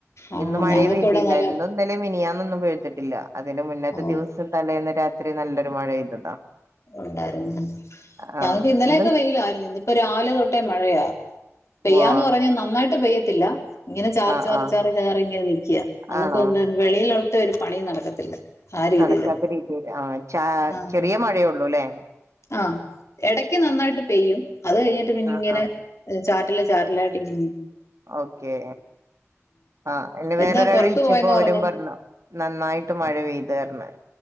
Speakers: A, on the left; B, on the right.
A: ആഹ്
B: ഇന്ന് മഴയെ
A: ഞങ്ങക്ക് ഇവിടെ
B: പെയ്തില്ല.
A: നല്ല
B: ഇന്നും ഇന്നലെ മിനിയാന്ന് യൊന്നും പെയ്തിട്ടില്ല. അതിന്റെ മുന്നത്തെ
A: ഓഹ്
B: ദിവസം തലേന്ന് രാത്രി നല്ലൊരു മഴ പെയ്തതാ.
A: ഉണ്ടായിരുന്നു.
B: ആ
A: ഞങ്ങക്ക് ഇന്നലെയൊക്കെ
B: ഇന്ന്
A: വെയിലായിരുന്നു. ഇന്നിപ്പ രാവിലെ തൊട്ട ട്ട് മഴയാ. പെയ്യാന്ന്
B: ഓ
A: പറഞ്ഞ നന്നായിട്ട് പെയ്യത്തില്ല. ഇങ്ങനെ ചാറി
B: ആ
A: ചാറി
B: ആ
A: ചാറി ഇങ്ങനെ നിക്യാ. നമുക്ക്
B: ആണോ
A: വെളിയിലോട്ട് ഒരു പണിയും നടക്കത്തില്ല. ആ രീതിയില്
B: നടക്കാത്ത രീതിയിൽ. ആ ച
A: ആഹ്
B: ചെറിയ മഴയുള്ളൂ ല്ലേ.
A: ആ. ഇടയ്ക്ക് നന്നായിട്ട് പെയ്യും. അത് കഴിഞ്ഞിട്ട് പിന്നെ
B: ആ
A: ഇങ്ങനെ
B: ആ
A: ചാറ്റില് ചാറ്റിലായിട്ട് ഇങ്ങ
B: ഓക്കേ. ആഹ എന്നെ
A: എന്താ
B: വേറൊരാൾ
A: പുറത്തു
B: വിളിച്ചപ്പോ
A: പോയെന്ന്
B: അവരും
A: പറഞ്ഞേ
B: പറഞ്ഞു നന്നായിട്ട് മഴ പെയ്തേർന്ന്‌.